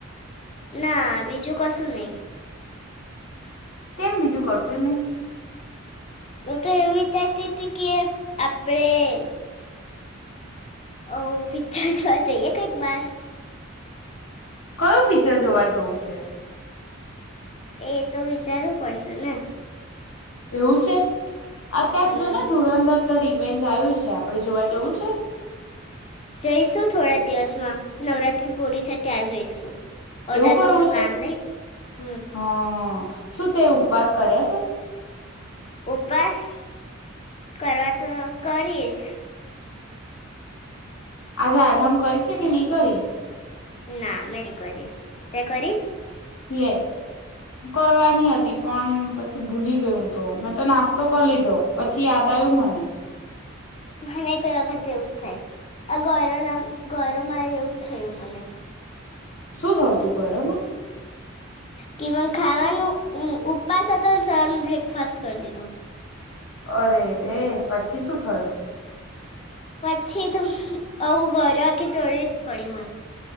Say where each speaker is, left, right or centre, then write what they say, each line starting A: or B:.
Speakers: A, on the left; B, on the left.
A: ના બીજું કશું નહી.
B: કેમ બીજું કશું નહી.
A: હું તો એવું વિચારતી હતી કે આપડે. ઓ પિક્ચરસ વા જઈએ કઈક બાર
B: કયુ પિક્ચર જોવા જવું છે?
A: એ તો વિચારવું પડશે ને.
B: એવું છે. અત્યાર
A: હમ
B: જો ને ધુરંધર ઉતર ઇવેન્ટ આવ્યું છે આપડે જોવા જવું છે
A: જઈશું થોડા દિવસમાં નવરાત્રી પૂરી થાય ત્યારે જઈશું. અત્યારે
B: એવું કરવું
A: તો બધું
B: છે
A: કામ નહીં હમ
B: હ શું તે ઉપવાસ કર્યા છે?
A: ઉપવાસ કરવા તો કરીશ.
B: આજે આઠમ કરી છે કે નહી કરી?
A: ના મેં ની કરી. તે કરી?
B: લે કરવાની હતી પણ પછી ભૂલી ગયું તો મેં તો નાસ્તો કરી લીધો પછી યા દ આયુ મને.
A: મને કઈ વખત જેવું જ થાય આ ગરો ના ગરો મારે એવું જ થયું મને
B: શું થયું તું ઘરામાં?
A: કે ખાવાનું ઉપવાસ હતો સવારમાં બ્રેકફાસ્ટ કરી લીધું.
B: અરે. એ પછી શું થયું?
A: પછી તો આવું ગર કે ટોળે જ પડી મને